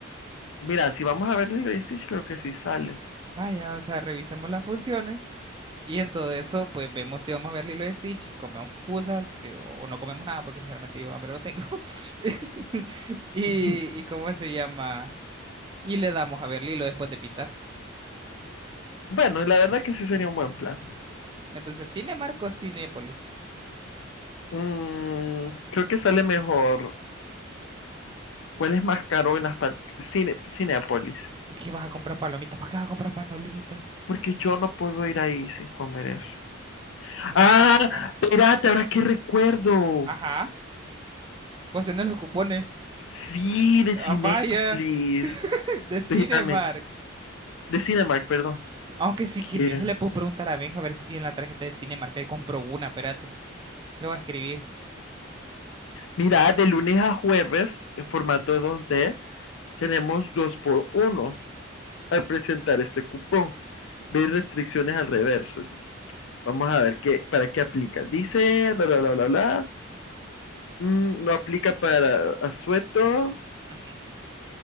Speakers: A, on the left; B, on the right.
A: Mira, si vamos a ver Lilo y Stitch, creo que sí sale.
B: Vaya, o sea, revisemos las funciones y en todo eso, pues vemos si vamos a ver Lilo y Stitch, comemos pupusas, porque, o, o no comemos nada, porque sinceramente yo hambre no tengo. <laughs>
A: <laughs>
B: Y,
A: Ujú.
B: y ¿cómo se llama? Y le damos a ver Lilo después de pintar.
A: Bueno, la verdad que sí sería un buen plan.
B: Entonces, Cinemark o Cinépolis.
A: Mm, creo que sale mejor. ¿Cuál es más caro en las pal- Cine, Cineapolis?
B: ¿Y qué vas a comprar palomitas? ¿Para qué vas a comprar palomitas?
A: Porque yo no puedo ir ahí sin comer eso. Ah,
B: Ah, cara.
A: espérate, ahora qué recuerdo.
B: Ajá. Vos tenés los cupones.
A: Sí, de
B: Ah,
A: Cinépolis.
B: vaya. <laughs> De Cinemark.
A: Espérame, de Cinemark, perdón.
B: Aunque si
A: ¿Qué?
B: quieres, le puedo preguntar a Benja a ver si tiene la tarjeta de Cinemark. Él compró una, espérate. Le voy a escribir.
A: Mira, de lunes a jueves, en formato 2D, tenemos dos por uno. al presentar este cupón. Ver restricciones al reverso. Vamos a ver qué, para qué aplica. Dice, bla, bla, bla, bla, bla. Mm, no aplica para asueto.
B: Ujú.